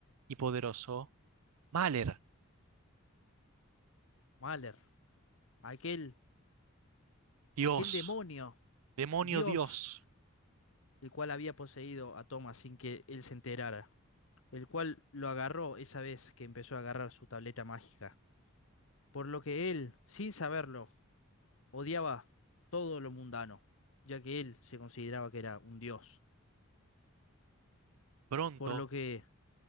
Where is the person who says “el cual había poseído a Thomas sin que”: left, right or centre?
Left